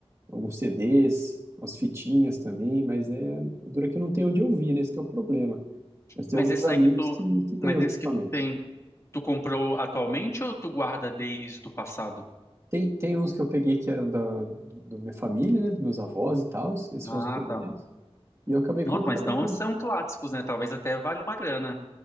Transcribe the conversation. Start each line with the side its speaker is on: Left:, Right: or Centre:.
Right: alguns CDs, umas fitinhas também, mas é dura que eu não tenho onde ouvir, né? Esse que é o problema. Mas tem
Left: Mas
Right: alguns
Left: esse
Right: amigos
Left: aí que tu,
Right: que, que têm
Left: mas
Right: os
Left: esse
Right: equipamentos.
Left: que tu tem, tu comprou atualmente ou tu guarda desde o passado?
Right: Tem, tem uns que eu peguei que eram da, do- da minha família, né? Dos meus avós e tal, esses
Left: Ah,
Right: foram os primeiros.
Left: tá.
Right: E eu acabei
Left: Nossa,
Right: comprando
Left: mas então
Right: alguns.
Left: são clássicos, né? Talvez até valha uma grana.